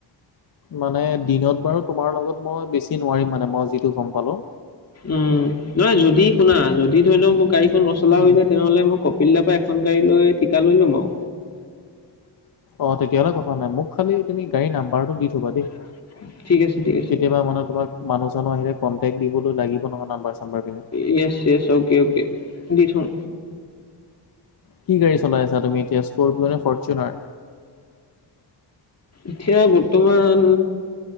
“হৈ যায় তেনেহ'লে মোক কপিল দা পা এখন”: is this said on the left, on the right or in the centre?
Left